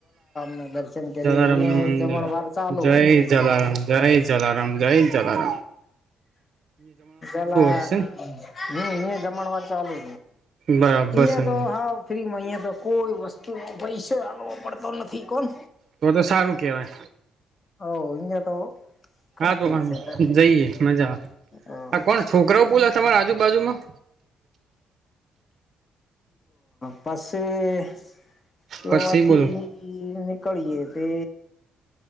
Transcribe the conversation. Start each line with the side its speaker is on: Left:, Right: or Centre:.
Left: ના દર્શન કરીએ
Right: જલારામ
Left: અહિયાં
Right: ન મંદિર
Left: જમણવાર ચાલુ
Right: જય
Left: હોય છે ગમે
Right: જલારામ જય જલારામ ગાયલ ચાલ.
Left: એલા
Right: હશે
Left: ન જમણવા ચાલુ
Right: બરાબર
Left: અહિયાં
Right: સમજી
Left: તો હા ફ્રીમાં અહિયાં તો કોઈ વસ્તુ હાલવો પડતો નથી કોણ
Right: તો તો સારું કેવાય
Left: હ જ તો કમ્પ્લીટ
Right: હા તોકાન
Left: છે તા
Right: જઈએ મજા
Left: અ
Right: આ કોણ છોકરાઓ બોલા તમારા આજુબાજુમાં
Left: પાસેસે તે
Right: પછી
Left: ઓ આાથી
Right: બોલો
Left: નકળીએ તે